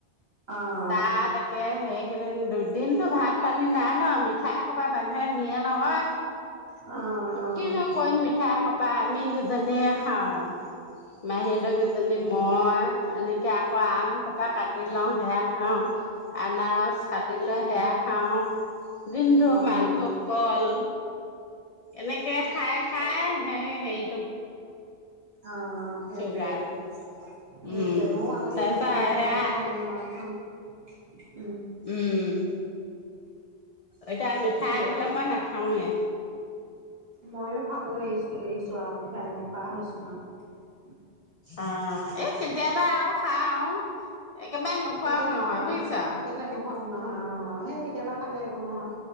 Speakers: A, on the right (about 65°); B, on the left (about 35°).
A: অ'।
B: তাত একে হেই একেইদিন দুদিনতো ভাত। পানী নাই ন মিঠাই কবা মানুহে নিয়ে নহয়
A: অ সেইটো
B: কিনো কৰিম মিঠাই খা বা আমি কি জনীয়ে খাওঁ। মাহী ধৰক এজনী মই এনেকৈ আকৌ আম কপা কাটি লও সেয়া অ আনাৰজ কাটি লৈ সেয়া খাও দিনটো
A: অ
B: মালভোগ কল এনেকে খাই খাই হেৰি
A: অ সেইটোৱে
B: চুগাৰটো।
A: সেইটোৱে
B: উম
A: ময়ো আলহী
B: তাৰপিছত
A: আহিলে মিঠাইলাক
B: সেয়া
A: আনি মই থওঁ। <inaudible>
B: উম এতিয়া মিঠাই
A: কি
B: আনিলে
A: আও
B: মই নাখাওঁৱে।
A: ময়ো খাবলৈ এৰিছোঁ এৰিছোঁ। চোৱা, মিঠাই নোখোৱা হৈছো মানে।
B: অ'। <unintelligible> কেতিয়াবা আৰু খাও আৰু। একেবাৰে নোখোৱাও
A: কেতিয়াবা
B: নহয় বুইছ?
A: একেবাৰে নাখাও নহয় অ' সেই কেতিয়াবা খালে একো নহয়।